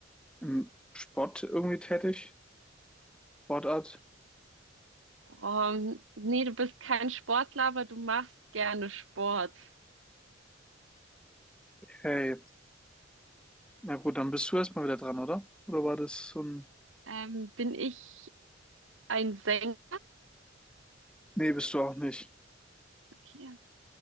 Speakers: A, in the centre; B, on the right.
A: im Sport irgendwie tätig? Sportart?
B: Oh, nee, du bist kein Sportler, aber du machst gerne Sport.
A: Okay. Na gut, dann bist du erstmal wieder dran, oder? Oder war das so ein...
B: Ähm, bin ich ein Sänger?
A: Nee, bist du auch nicht.
B: Okay.